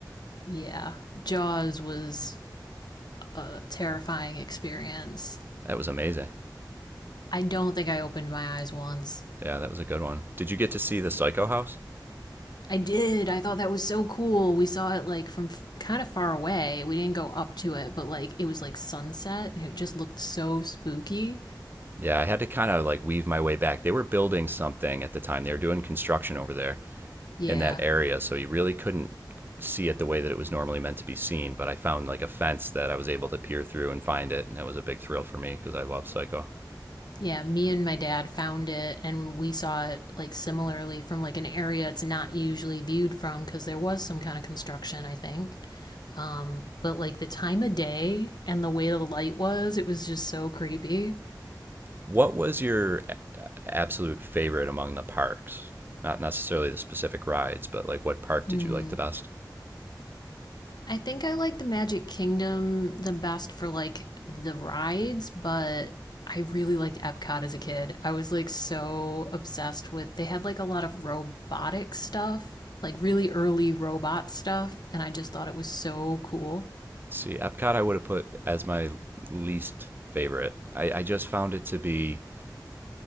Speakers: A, on the left (about 70°); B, on the right (about 30°).
A: Yeah, Jaws was a terrifying experience.
B: that was amazing.
A: I don't think I opened my eyes once.
B: Yeah, that was a good one. Did you get to see the Psycho House?
A: I did. I thought that was so cool. We saw it like from f- kind of far away. We didn't go up to it, but like it was like sunset and it just looked so spooky.
B: Yeah, I had to kind of like weave my way back. They were building something at the time. They were doing construction over there.
A: Yeah.
B: in that area, so you really couldn't see it the way that it was normally meant to be seen. But I found like a fence that I was able to peer through and find it, and it was a big thrill for me because I love Psycho.
A: Yeah, me and my dad found it and we saw it like similarly from like an area it's not usually viewed from cuz there was some kind of construction, I think. Um, but like the time of day and the way the light was, it was just so creepy.
B: What was your absolute favorite among the parks? Not necessarily the specific rides, but like what park
A: Hmm.
B: did you like the best?
A: I think I like the Magic Kingdom the best for like the rides, but I really liked Epcot as a kid. I was like so obsessed with they had like a lot of robotic stuff, like really early robot stuff, and I just thought it was so cool.
B: See, Epcot I would have put as my least favorite. I, I just found it to be